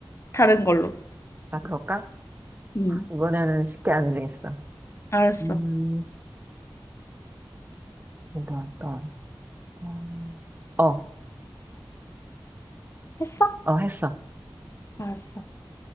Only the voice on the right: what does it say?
아, 그럴까?
이번에는 쉽게 안 정했어.
음, 뭐로 할까? 음, 어,
어, 했어.